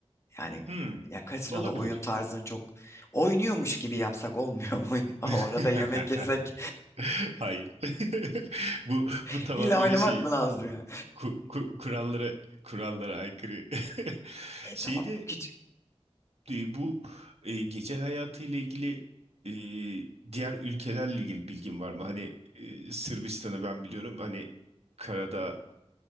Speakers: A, on the left; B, on the right.
A: Yani
B: Hmm,
A: ya kasinoda
B: olabilir.
A: oyun tarzını çok oynuyormuş gibi yapsak olmuyor mu? <laughs> O
B: <laughs>
A: arada yemek yesek
B: Hayır. <laughs> Bu
A: <laughs>
B: bu tamamıyla
A: illa oynamak
B: şey
A: mı lazım ya?
B: ku- ku- kurallara kurallara aykırı. <laughs>
A: E
B: Şeyde
A: tamam küçük.
B: e, bu e, gece hayatıyla ilgili e, diğer ülkelerle ilgili bilgin var mı? Hani e, Sırbistan'ı ben biliyorum. Hani karada